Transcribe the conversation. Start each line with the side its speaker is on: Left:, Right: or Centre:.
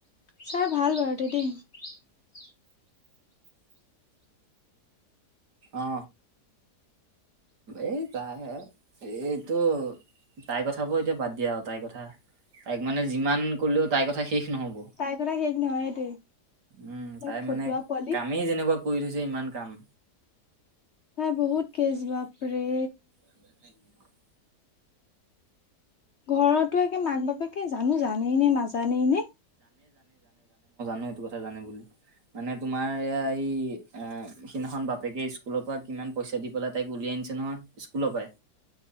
Left: ছাৰ ভাল বাৰুতে <inaudible>
Right: অ, এই তাইে হে এইটো তাই কথাবোৰ এতিয়া বাদ দিয়া আৰু তাইৰ কথা। তাইক মানে যিমান কলেও তাইৰ কথা শেষ নহ'ব।
Left: তাইৰ কথা শেষ নহয় দেই
Right: উম,
Left: তাইক
Right: তাই
Left: ফটুৱা
Right: মানে
Left: পোৱালি
Right: কামেই যেনেকুৱা কৰি থৈছে ইমান কাম।
Left: তাই বহুত কেছ বাপৰে।
Right: <unintelligible>
Left: ঘৰতো একে মাক বাপেকে জানো জানেই নে নাজানেই নে।
Right: নাইএইটো কথা জানে বুলি। মানে তোমাৰ এয়া এই অ সিদিনাখন বাপেকে স্কুলৰ পৰা কিমান পইচা দি পেলাই তাইক উলিয়াই। নহয় স্কুলৰ পায়।